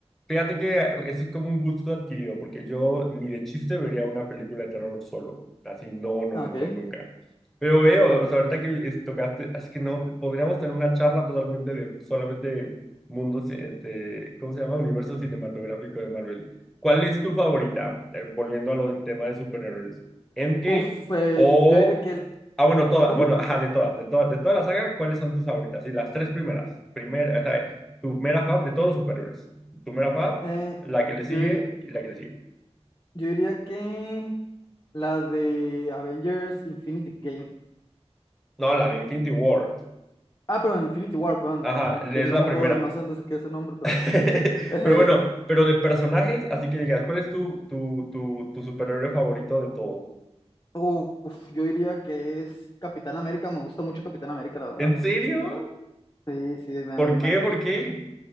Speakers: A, in the centre; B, on the left (about 30°).
A: Fíjate que es como un gusto adquirido, porque yo ni de chiste vería una película de terror solo. Así, no, no,
B: Ok.
A: no, no, nunca. Pero veo, o sea, ahorita que es- tocaste, así que no, podríamos tener una charla totalmente de solamente mundos, este, ¿cómo se llama? Universo cinematográfico de Marvel. ¿Cuál es tu favorita? Eh, volviendo a lo del tema de superhéroes. ¿Endgame
B: Uf, eh,
A: o...
B: yo diría que... el-
A: Ah, bueno, todas,
B: ¿Cómo?
A: bueno, ajá, de todas, de todas, de toda la saga, ¿cuáles son tus favoritas? Y las tres primeras, primera, o sea, tu mera fav de todos los superhéroes primera Fab,
B: Eh,
A: la que le
B: yo
A: sigue
B: diría,
A: y la que le sigue.
B: yo diría que la de Avengers Infinity Game.
A: No, la de Infinity War.
B: Ah, perdón, Infinity War, perdón,
A: Ajá,
B: Infinity
A: es
B: Game, no
A: la
B: me
A: primera.
B: acuerdo, no sé dónde se queda ese nombre, pero...
A: <laughs>
B: eh,
A: Pero bueno, pero de personajes, así que digas, ¿cuál es tu, tu, tu, tu superhéroe favorito de todos?
B: uf, yo diría que es Capitán América, me gusta mucho Capitán América, la verdad.
A: ¿En serio?
B: Sí, sí, me,
A: ¿Por
B: me- me-
A: qué? ¿Por qué?